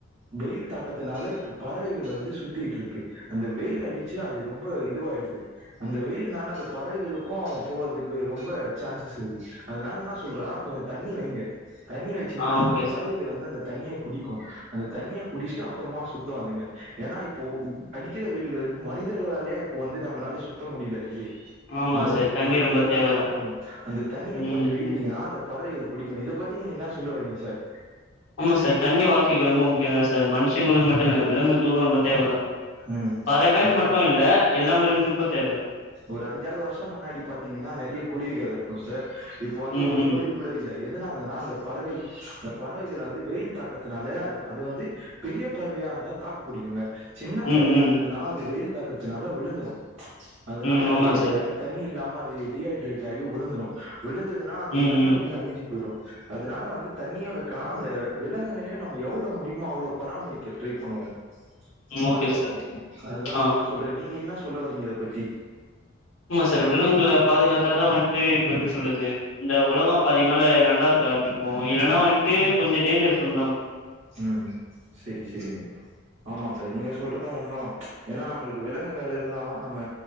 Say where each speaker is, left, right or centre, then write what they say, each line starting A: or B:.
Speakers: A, on the right (about 30°); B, on the left (about 80°).
A: வெயில் தாக்கத்துனால இப்ப பறவைகள் வந்து சுத்தட்டு இருக்கு அந்த வெயில் அடிச்சு அது ரொம்ப இதுவாயிடுது அந்த வெயில்னால அந்த பறவைகளுக்கு போவறதுக்கு ரொம்ப சான்சஸ் இருக்கு அதனால என்ன சொல் கொஞ்சம் தண்ணி வைங்க தண்ணி வச்சீங்கன்னா
B: ஆ
A: அந்த
B: ஓகே
A: பறவைகள்
B: சார்
A: வந்து அந்த தண்ணிய குடிக்கு அந்த தண்ணியை குடிச்சுட்டா அப்புறமா சுத்தம் அதுங்க ஏன்னா இப்போ அடிக்கிற வெயில்களுக்கு மனிதர்களாலேயே இப்போ வந்து நம்மளால சுத்த முடியல வெளிய
B: ஆமா
A: இந்த
B: சார் தண்ணி
A: பறவைகள்லாம்
B: ரொம்ப தேவதா
A: என்ன பண்ணு அந்த தண்ணிய
B: ம்
A: கொஞ்சம் வே பறவைகள் குடிக்கு இதை பத்தி நீங்க என்ன சொல்ல வரீங்க சார்
B: ஆமா சார் தண்ணி வாழ்க்கைக்கு ரொம்ப முக் சார் மனுஷங்களுக்கு மட்டும் இல்ல விலங்குகளுக்கு ரொம்ப தேவ தான்
A: ம்
B: பறவேன்னு
A: அதுதா
B: மட்டும்
A: சார்
B: இல்ல எல்லா மிருகங்களுக்கு தேவ
A: ஒரு அஞ்சாறு வருஷம் முன்னாடி பாத்தீங்கன்னா நிறைய குருவிகள் இருக்கு சர் இப்ப வந்து
B: ம்
A: ஒரு
B: ம்
A: குருவி கூட இல்ல எதனாலனா அந்த பறவை இந்த பறவைகளை வந்து வெயில் தாக்கத்துனால அ அது வந்து பெரிய பறவையா இருந்தா தாக்கு புடிக்குங்க சின்ன
B: ம்
A: பறவையா
B: ம்
A: இருந்ததுனா அது வெயில் தாக் த்தினால விழுந்துரு அதனால
B: ம் ஆமா
A: அது
B: சார்
A: த தண்ணி இல்லாம டிஹைட்ரேட் ஆகி உழுந்துரு விழுந்ததுனா அந்த
B: ம்
A: இனம
B: ம்
A: அப்படியே அழிஞ்சு போயிடு அதனால வந்து தண்ணியா வக்கலா அந்த விலங்குகளையு நம்ம எவ்வளவு முடியுமோ அவ்வளோ பராமரிக்க ட்ரை பண்ணுவோ பாதுகாப்போ
B: ஓகே சார்
A: அதுதா
B: ஆ
A: நானு சொல்றே நீங்க என்னா சொ சொல்ல வரீங்க இத பத்தி
B: ஆமா சார் விலங்குகள பாதுகாத்தாதா வந்ட்டு ‌இப்ப எப்படி சொல்றது இந்த உலகோ அப்ப அதிகமால நல்லா இருக்க ஆரம்பிக்கு இல்லன்னா வந்ட்டு கொஞ்சம் டேஞ்சர்ஸ் வந்துறும்
A: ம் சரி சரிங்க ஆமாங்க நீங்க சொல்றது உண்ம தா ஏனா நம்முளுக்கு விலங்குகள் இருந்தாதா நம்ம